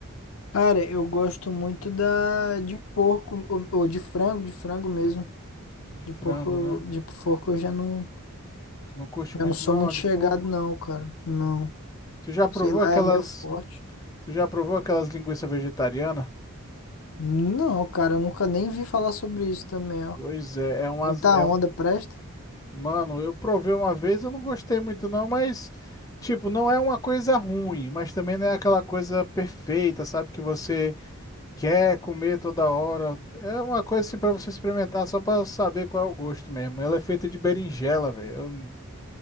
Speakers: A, on the left (about 75°); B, on the left (about 15°).
A: Cara, eu gosto muito da de porco ou, ou de frango, de frango mesmo.
B: De
A: De
B: frango,
A: porco,
B: né?
A: de porco eu já não,
B: Tu não curte
A: eu
B: muito
A: não sou
B: não,
A: muito
B: a de
A: chegado
B: porco.
A: não, cara. Não.
B: Tu já provou
A: Sei lá,
B: aquelas,
A: é meio forte.
B: tu já provou aquelas linguiças vegetarianas?
A: Não, cara, eu nunca nem vi falar sobre isso também, ó.
B: Pois é, é umas,
A: Muita
B: é
A: onda,
B: um,
A: presta.
B: mano, eu provei uma vez, eu não gostei muito não, mas tipo, não é uma coisa ruim, mas também não é aquela coisa perfeita, sabe? Que você Quer comer toda hora. É uma coisa assim para você experimentar só para saber qual é o gosto mesmo. Ela é feita de berinjela, velho. Eu-